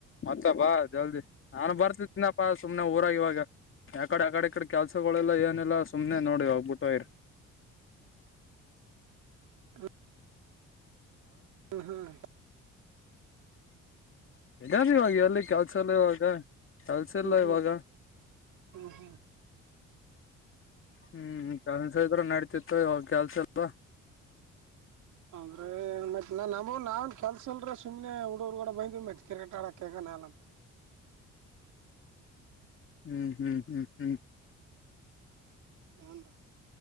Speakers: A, on the left (about 45°); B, on the right (about 80°).
A: ಮತ್ತ ಬಾ ಜಲ್ದಿ ನ ಬರ್ತಿದನಪ್ಪಾ ಸುಮ್ನೆ ಊರಾಗ ಇವಾಗ ಯಕಡೆ ಆಡೆಡೆ ಕೆಲ್ಸಗಳೆಲ್ಲ ಏನೆಲ್ಲಾ ಸುಮ್ನೆ ನೋಡಿ ಹೋಗ್ಬಿಟ್ಟು ಇ್ರ
B: <inaudible> ಹ್ಮ್ ಹ್ಮ್
A: ಇದಾದ ಇವಾಗ ಅಲ್ಲಿ ಕೆ ಸಲ್ಲ ಇವಾಗ ಕಲ್ಸ
B: ಹ್ಮ್
A: ಎಲ್ಲ ಇವಾಗ
B: ಹ್ಮ್
A: ಹ್ಮ್ ಕೆಲ್ಸ ಇದ್ರ ನಡತಿತ್ತು ಯಾಗ ಕೆಲ್ಸ ಅಲ್ವಾ
B: ಅ್ರೆ ಮತ್ತತ್ ನ ನಮಗ ನಾವನ್ ಕೆಲ್ಸ ಅಲ್ರ ಸುಮ್ನೆ ಹುಡೂರು ಕೂಡ ಬಂದೀವಿ ಮತ್ತತ್ ಕ್ರಿಕೆಟ್ ಆಡಕ್ಗ <inaudible>
A: ಹ್ಮ್ ಹ್ಮ್ ಹ್ಮ್ ಹ್ಮ್
B: ಹನ್ ರ